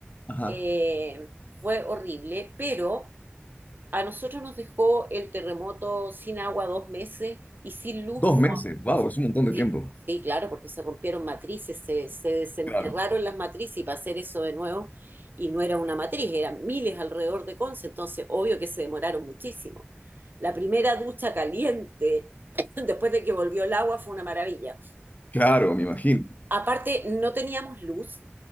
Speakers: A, on the left; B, on the right.
A: Ajá.
B: Eh, fue horrible, pero a nosotros nos dejó el terremoto sin agua dos meses y sin luz
A: Dos
B: como...
A: meses, wow, es un montón de
B: Sí,
A: tiempo.
B: sí, claro, porque se rompieron matrices, se, se desenterraron
A: Claro,
B: las matrices y para hacer eso de nuevo, y no era una matriz, eran miles alrededor de Conce, entonces obvio que se demoraron muchísimo. La primera ducha caliente <clears throat> <laughs> después de que volvió el agua fue una maravilla.
A: claro, me imagino.
B: Aparte, no teníamos luz